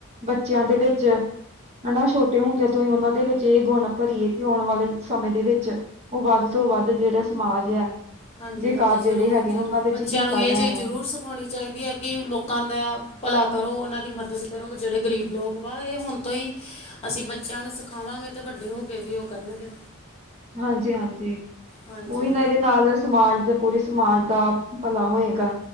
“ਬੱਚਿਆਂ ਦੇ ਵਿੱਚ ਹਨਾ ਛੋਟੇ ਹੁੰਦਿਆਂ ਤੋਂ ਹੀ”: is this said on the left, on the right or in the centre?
Right